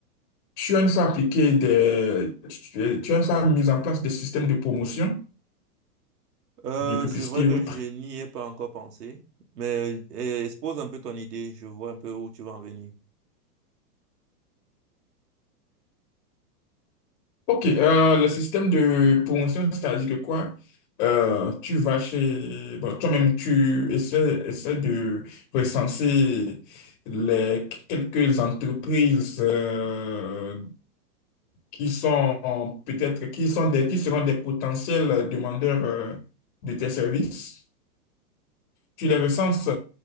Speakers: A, on the left; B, on the right.
A: tu as une fois appliqué des... Tu, tu as une fois mis en place des systèmes de promotion,
B: Euh,
A: de publicité
B: c'est vrai que
A: ou autre?
B: je n'y ai pas encore pensé, mais euh, expose un peu ton idée, je vois un peu où tu vas en venir.
A: Ok, euh, le système de promotion, c'est-à-dire que quoi? Euh, tu vas chez... Bon, toi-même, tu essaies, essaies de recenser les quelques entreprises euh, qui sont peut-être, qui sont des, qui seront des potentiels demandeurs euh, de tes services tu les recenses